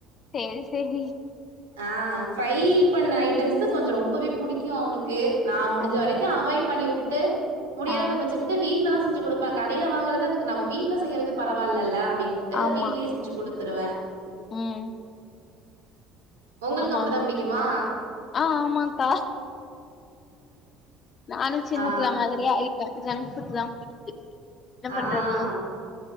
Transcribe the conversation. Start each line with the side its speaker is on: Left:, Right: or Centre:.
Left: சேரி சேரி
Right: ஆ ஃப்ரை பண்ண ஐட்டம்ஸ்சு கொஞ்சோ ரொம்பவே புடிக்கு அவனுக்கு நா முடிஞ்ச
Left: ஆ
Right: வரைக்கு அவாய்ட் பண்ணி வுட்டுட்டு முடியாத
Left: ஆ
Right: பட்சத்துக்கு த்து வீட்டுல தா செஞ்சு குடுப்பே கடையில வாங்குறது அதுக்கு நம்ம வீட்ல செய்யறது பரவால்லல்ல அப்டின் ட்டு
Left: ஆமா
Right: வீட்லயே செஞ்சு குடுத்துருவே
Left: ம்
Right: உங்களுக்கு
Left: ஆமா
Right: அப்டித்தா
Left: ஆமா
Right: புடிக்குமா
Left: ஆ ஆமாக்கா நானு சின்ன
Right: ஆ
Left: புள்ள மாதிரியே ஆயிட் ட்டே ஜங்க் ஃபுட்தா புடிக்குது என்ன
Right: ஆ
Left: பண்றது
Right: ஆ